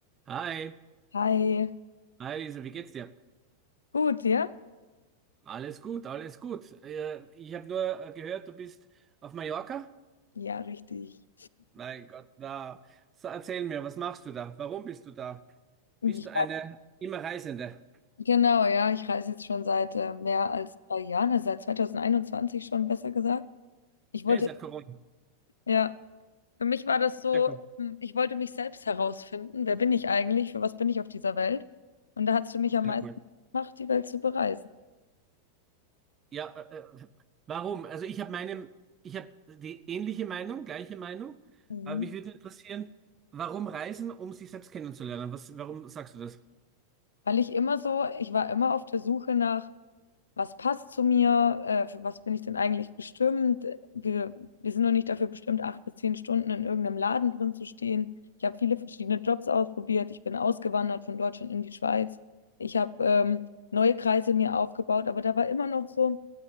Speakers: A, on the right; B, on the left.
A: Hi,
B: Hi,
A: hi Lisa, wie geht's dir?
B: gut, ja?
A: Alles gut, alles gut. Äh, Ich habe nur äh, gehört, du bist auf Mallorca.
B: Ja, richtig.
A: Mein Gott, na, so, erzähl mir, was machst du da? Warum bist du da?
B: Ich,
A: Bist du eine immer Reisende?
B: genau, ja, ich reise jetzt schon seit äh, mehr als drei Jahren, also seit 2021 schon, besser gesagt. Ich wollte,
A: Hey, seit Corona.
B: ja, für mich war das so,
A: Sehr cool,
B: hm, ich wollte mich selbst herausfinden, wer bin ich eigentlich, für was bin ich auf dieser Welt? Und da hat es für mich am
A: sehr
B: meisten
A: cool.
B: gemacht, die Welt zu bereisen.
A: Ja, äh, äh, warum? Also ich habe meine, ich habe die ähnliche Meinung, gleiche Meinung,
B: Mhm.
A: aber mich würde interessieren, warum reisen, um sich selbst kennenzulernen? Was, warum sagst du das?
B: Weil ich immer so, ich war immer auf der Suche nach was passt zu mir, äh, für was bin ich denn eigentlich bestimmt. Wir, wir sind noch nicht dafür bestimmt, acht bis zehn Stunden in irgendeinem Laden drin zu stehen. Ich habe viele verschiedene Jobs ausprobiert. Ich bin ausgewandert von Deutschland in die Schweiz. Ich habe ähm, neue Kreise mir aufgebaut, aber da war immer noch so,